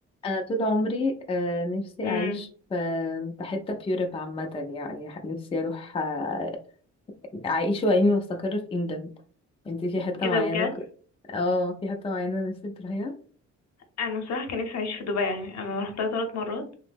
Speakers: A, on the left (about 20°); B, on the left (about 60°).
A: انا طول عمري آه، نفسي
B: امم
A: اعيش في في حته في يوروب عامه يعني ح- نفسي اروح آه، اعيش واني واستقر في انجلند انتي في حته
B: ايه
A: معينه
B: ده بجد
A: ك... اه في حته معينه نفسك تروحيها
B: انا بصراحه كان نفسي اعيش في دبي يعني انا رحتها ثلاث مرات